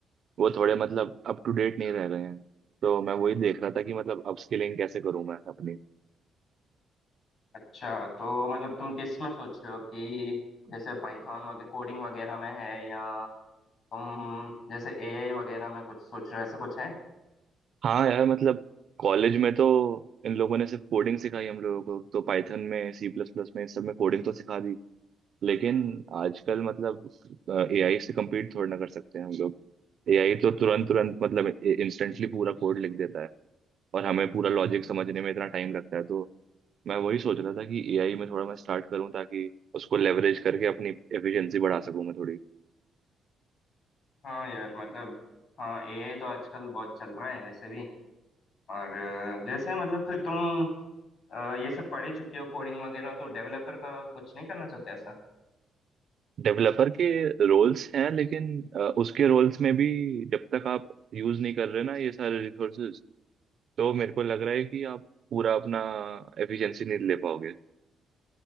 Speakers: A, on the right; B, on the left.
A: वो थोड़े मतलब अप टू डेट नहीं रह रहे हैं तो मैं वही देख रहा था कि मतलब अप स्किलिंग कैसे करूँ मैं अपनी
B: अच्छा तो मतलब तुम किस में सोच रहे हो कि जैसे पाइथन वगैरह कोडिंग वगैरह में है या तुम जैसे एआई वगैरह में कुछ सोच रहे हो ऐसा कुछ है
A: हाँ यार मतलब कॉलेज में तो इन लोगों ने सिर्फ कोडिंग सिखाई हम लोगों को तो पाइथन में सी प्लस प्लस में इन सब में कोडिंग तो सिखा दी लेकिन आजकल मतलब एआई से कम्पीट थोड़ा ना कर सकते हैं हम लोग एआई तो तुरंत तुरंत मतलब इंस्टेंटली पूरा कोड लिख देता है और हमें पूरा लॉजिक समझने में इतना टाइम लगता है तो मैं वही सोच रहा था कि एआई में थोड़ा मैं स्टार्ट करूं ताकि उसको लेवरेज करके अपनी एफिशिएंसी बढ़ा सकूं मैं थोड़ी
B: हाँ यार मतलब हाँ एआई तो आजकल बहुत चल रहा है वैसे भी और अ, जैसे मतलब फिर तुम अ, ये सब पढ़ ही चुकी हो कोडिंग वगैरह तो डेवलपर का कुछ नहीं करना चाहते ऐसा
A: डेवलपर के रोल्स हैं लेकिन अ, उसके रोल्स में भी जब तक आप यूज नहीं कर रहे ना ये सारे रिसोर्सेज तो मेरे को लग रहा है कि आप पूरा अपना एफिशिएंसी नहीं ले पाओगे